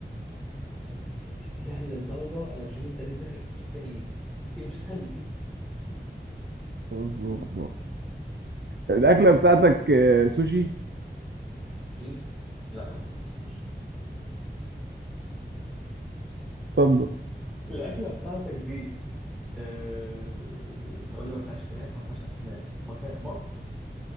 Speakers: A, in the centre; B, on the right.
A: بجد هي اكلتي سهله لدرجه انا مش فاهم انت ليه دماغك بتروح بعيد يعني اكلتي مش اسهل من جدا
B: رز وخضار
A: مم.
B: الاكله بتاعتك آه، سوشي
A: سوشي لا انا اسطى مش سوشي
B: طب
A: الاكله بتاعتك دي آه، انت قلنا ما فيهاش فراخ وما فيهاش اسماك امال فيها بط